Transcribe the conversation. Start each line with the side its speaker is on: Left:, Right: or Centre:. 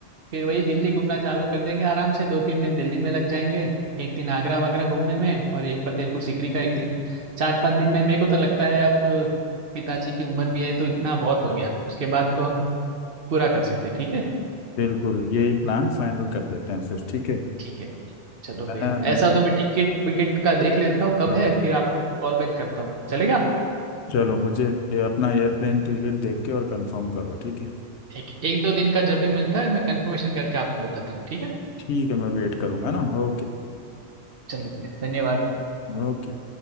Right: फिर वही दिल्ली घूमना चालू कर देंगे आराम से दो तीन दिन दिल्ली में लग जाएंगे एक दिन आगरा वागरा घूमने में और एक फतेहपुर सीकरी का एक दिन चार पांच दिन में मेरे को तो लगता है अब अ, पिताजी की उम्र भी है तो इतना बहुत हो गया उसके बाद तो हम पूरा कर सकते हैं, ठीक है
Left: बिल्कुल यही प्लान फाइनल कर देते हैं फिर ठीक है
Right: ठीक है चलो
Left: मैं
Right: भैया ऐसा तो मैं टिकट विकेट का देख लेता हूँ कब
Left: हाँ
Right: है फिर आपको कॉल बैक करता हूँ चलेगा
Left: चलो मुझे ये अपना एयरप्लेन टिकट देख के और कंफर्म करो ठीक है
Right: ठीक है एक दो दिन का जब भी मिलता है मैं कंफर्मेशन करके आपको बताता हूँ ठीक है
Left: ठीक है मैं वेट करूँगा ना ओके
Right: चलो भैया धन्यवाद
Left: ओके